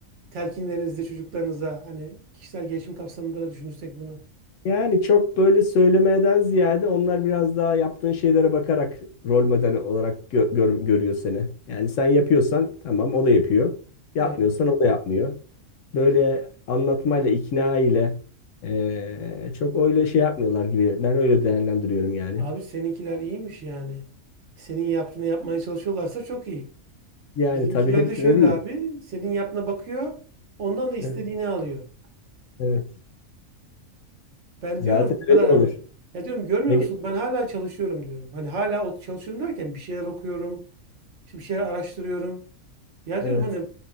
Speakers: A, on the right; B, on the left.
A: telkinlerinizde çocuklarınıza? Hani kişisel gelişim kapsamında da düşünürsek bunu.
B: yani çok böyle söylemeden ziyade onlar biraz daha yaptığın şeylere bakarak rol model olarak gö- gör- görüyor seni. Yani sen yapıyorsan tamam o da yapıyor. Yapmıyorsan
A: Evet.
B: o da yapmıyor. böyle anlatmayla, ikna ile eee, çok öyle şey yapmıyorlar gibi. Ben öyle değerlendiriyorum yani.
A: Abi seninkiler iyiymiş yani. Senin yaptığını yapmaya çalışıyorlarsa çok iyi.
B: Yani
A: Bizimkiler
B: tabii hepsine
A: de şöyle
B: değil.
A: abi. Senin yaptığına bakıyor. Ondan da istediğini
B: Evet.
A: alıyor.
B: evet.
A: Ben
B: Zaten
A: diyorum bu kadar
B: öyle de olur.
A: hani ya diyorum görmüyor
B: Ne-
A: musunuz ben hala çalışıyorum diyorum. Hani hala o çalışıyorum derken bir şeyler okuyorum, işte bir şeyler araştırıyorum. Ya
B: Evet,
A: diyorum hani